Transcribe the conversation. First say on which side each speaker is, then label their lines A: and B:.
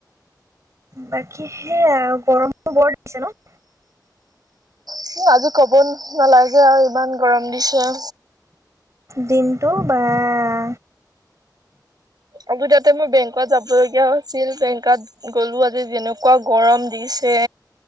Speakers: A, on the right; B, on the right.
A: বাকী সেয়া গৰমটো বৰ দিছে ন?
B: কি আজি কব নালাগে আৰু ইমান গৰম দিছে।
A: দিনটো বাহ।
B: আকৌ তাতে মোৰ বেংকত যাব লগীয়া আছিল বেং গাত গলো আজি যেনেকুৱা গৰম দিছে।